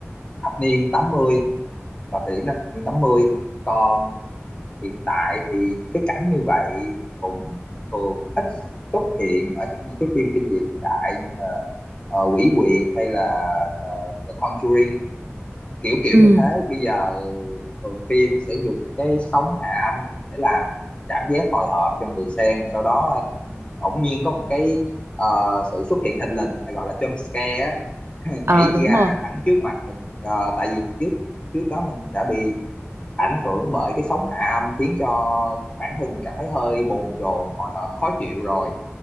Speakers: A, on the left; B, on the right.
A: thập niên tám mươi vào thời điểm năm thập niên 80. còn hiện tại thì những cái cảnh như vậy cũng thường ít xuất hiện ở trong những cái phim kinh dị hiện đại như là ờ, Quỷ Quyệt hay là ờ, The Conjuring kiểu kiểu
B: ừ
A: như thế bây giờ thường phim sẽ dùng cái sóng hạ âm để làm cảm giác hồi hộp cho người xem và sau đó bỗng nhiên có một cái ờ, sự xuất hiện thình lình hay gọi là jump scare á, <laughs> nhảy
B: ờ đúng
A: ra
B: rồi
A: thẳng trước mặt mình Ờ, tại vì trước trước đó mình đã bị ảnh hưởng bởi cái sóng hạ âm khiến cho bản thân mình cảm thấy hơi bồn chồn hồi hộp khó chịu rồi